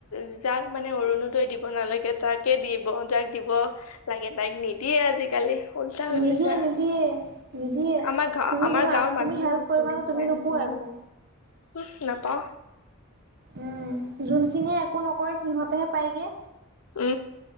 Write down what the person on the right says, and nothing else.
নিদিয়ে
নিদিয়ে নিদিয়ে
তুমি
তোমাক
তুমি
হেল্প
কৰিবা
ন তুমি নোপোৱা
একো
উম, যোনখিনিয়ে একো নকৰে সিহঁতেহে পায়গে